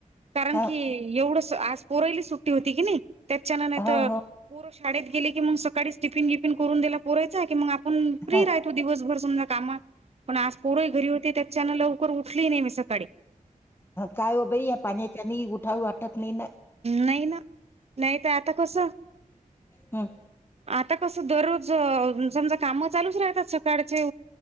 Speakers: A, on the right (about 50°); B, on the left (about 15°).
A: कारण
B: हा
A: कि एवढं आज पोरयली सुट्टी होती की नाही. त्याच्यान नाही
B: हो
A: त
B: हो
A: पोरं शाळेत गेले की मग सकाळीच टिफिन विफिन करून दिला पोरायचा की, मग आपण फ्री
B: हा
A: राहतो, दिवसभर समजा कामात, पण आज पोरही घरी होते त्याच्यान लव लवकर उठली नाही मी सकाळी.
B: काय हो बाई या पाण्याच्यानी, उठाव वाटत नाही ना.
A: नाही ना नाही तर आता कसं.
B: ह.
A: आता कसं दररोज समजा काम चालूच राहतात, सकाळचे.